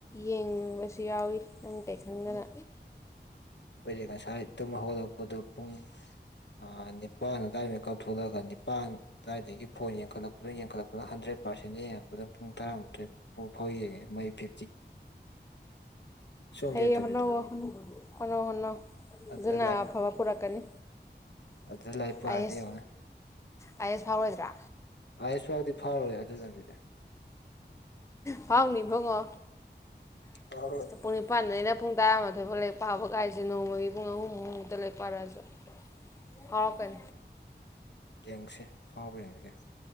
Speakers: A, on the left; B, on the left.
A: ꯌꯦꯡꯕꯁꯨ ꯌꯥꯎꯋꯤ ꯅꯪ ꯀꯔꯤ ꯈꯪꯗꯅ
B: ꯑꯩꯈꯣꯏꯔ ꯉꯁꯥꯏ ꯇꯨꯝꯕ ꯍꯧꯒꯠꯂꯛꯄꯗꯨ ꯄꯨꯡ ꯑ ꯅꯤꯄꯥꯟ ꯑꯗꯨꯗꯥꯋꯥꯏꯗ ꯀꯥꯊ ꯊꯣꯛꯂꯒ ꯅꯤꯄꯥꯟ ꯑꯗꯨꯋꯥꯏꯗꯒꯤ ꯐꯣꯟ ꯌꯦꯡꯈꯠꯂꯛꯄꯅ ꯌꯦꯡꯈꯠꯂꯛꯄꯅ ꯍꯟꯗ꯭ꯔꯦꯠ ꯄꯥꯔꯁꯦꯟꯗ ꯌꯦꯡꯉꯛꯄꯗ ꯄꯨꯡ ꯇꯔꯥꯃꯥꯊꯣꯏ ꯄꯨꯡ ꯐꯥꯎ ꯌꯦꯡꯉꯦ ꯃꯩ ꯐꯤ ꯁꯨꯡ
A: ꯐꯩ
B: ꯂꯦꯞꯇꯕꯤꯗ
A: ꯍꯅꯣ ꯍ ꯍꯣꯅꯣ ꯍꯣꯅꯣ
B: ꯑꯗꯨꯗ
A: ꯑꯗꯨꯨꯅ ꯑꯐꯕ ꯄꯨꯔꯛꯀꯅꯤ
B: ꯑꯗꯨ ꯂꯥꯏ ꯄꯥꯔꯗꯤ
A: ꯑꯥꯏ ꯑꯦꯁ
B: ꯌꯦꯡꯅ
A: ꯑꯥꯏ ꯑꯦꯁ ꯐꯥꯎꯔꯣꯏꯗ꯭ꯔꯥ
B: ꯑꯌꯨꯁꯚꯗꯤ ꯐꯥꯎꯔꯦ ꯑꯗꯨꯗꯗꯤ
A: ꯐꯤꯎꯅꯤꯕꯨꯡꯉꯣ
B: ꯐꯥꯎꯔꯣꯏ
A: ꯄꯨꯡ ꯅꯤꯄꯥꯟꯗ ꯑꯩꯅ ꯄꯨꯡ ꯇꯔꯥꯃꯥꯊꯣꯏꯐꯥꯎ ꯂꯦꯛ ꯄꯥꯕ ꯒꯥꯏꯁꯦ ꯅꯣꯡꯃꯒꯤ ꯄꯨꯡ ꯑꯍꯨꯝꯃꯨꯨꯝꯃꯨꯛꯇ ꯂꯥꯏꯦꯛ ꯄꯥꯏꯔꯛꯑꯁꯨ ꯉꯥꯎꯔꯛ ꯀꯅꯤ
B: ꯎ ꯌꯦꯡꯁꯦ ꯐꯥꯎꯕ ꯌꯦꯡꯁꯦ